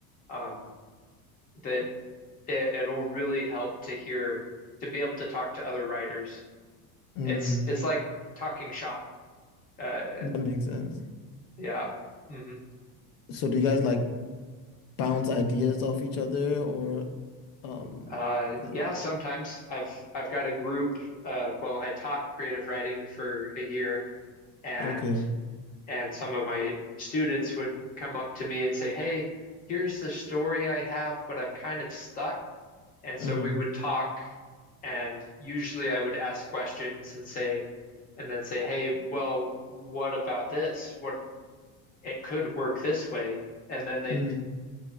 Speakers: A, on the left (about 20°); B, on the left (about 75°).
A: um that it, it'll really help to hear to be able to talk to other writers.
B: mm,
A: It's it's like talking shop. Uh
B: that makes sense.
A: yeah. hmm
B: So do you guys like bounce ideas off each other or um
A: Uh,
B: th-
A: yeah, sometimes I've I've got a group. Uh, well, I taught creative writing for a year, and
B: okay.
A: and some of my students would come up to me and say, "Hey, here's the story I have, but I'm kind of stuck." And
B: Mm-hmm.
A: so we would talk, and usually I would ask questions and say, and then say, "Hey, well, what about this? What it could work this way." And then they
B: Mm.